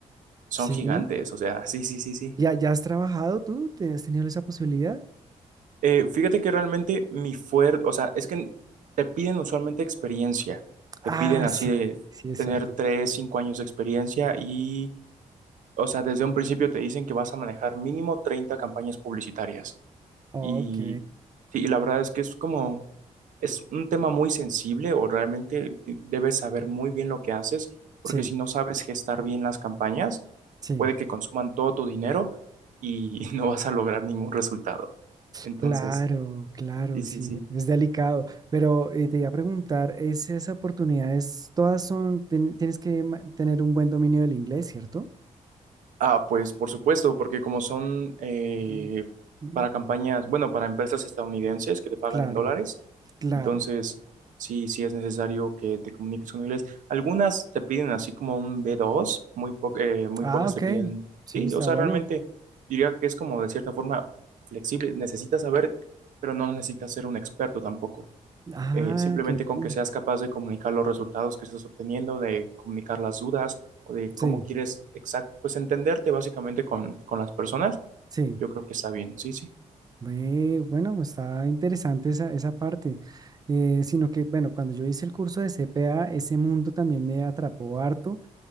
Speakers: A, on the right; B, on the right.
A: son
B: Sí.
A: gigantes, o sea, sí, sí, sí, sí.
B: ¿Ya, ya has trabajado tú? ¿Te- ¿Has tenido esa posibilidad?
A: Eh, fíjate que realmente mi fuerte, o sea, es que te piden usualmente experiencia, te
B: Ah,
A: piden así
B: sí,
A: de
B: sí, es
A: tener
B: cierto.
A: tres, cinco años de experiencia y, o sea, desde un principio te dicen que vas a manejar mínimo 30 campañas publicitarias.
B: Ok,
A: Y sí, la verdad es que es como, Es un tema muy sensible o realmente de- debes saber muy bien lo que haces, porque
B: sí,
A: si no sabes gestar bien las campañas,
B: sí.
A: puede que consuman todo tu dinero y <laughs> no vas a lograr ningún resultado. Entonces,
B: Claro, claro,
A: sí, sí,
B: sí,
A: sí.
B: es delicado. Pero eh, te iba a preguntar, ¿es esas oportunidades, todas son, ten- tienes que ma- tener un buen dominio del inglés, ¿cierto?
A: Ah, pues por supuesto, porque como son eh,
B: Mm. Mm,
A: para campañas, bueno, para empresas estadounidenses que te pagan
B: Claro,
A: en dólares,
B: claro.
A: Entonces, sí, sí es necesario que te comuniques con inglés. Algunas te piden así como un b dos muy, po- eh, muy
B: Ah,
A: pocas
B: ok,
A: te piden,
B: sí,
A: sí,
B: está
A: o sea,
B: bueno.
A: realmente diría que es como de cierta forma flexible. Necesitas saber, pero no necesitas ser un experto tampoco.
B: Ah,
A: Eh, simplemente
B: qué bueno.
A: con que seas capaz de comunicar los resultados que estás obteniendo, de comunicar las dudas o de
B: Sí,
A: cómo quieres exact pues entenderte básicamente con, con las personas,
B: sí.
A: yo creo que está bien, sí, sí.
B: Ve, Bueno, está interesante esa, esa parte. Eh, sino que, bueno, cuando yo hice el curso de CPA, ese mundo también me atrapó harto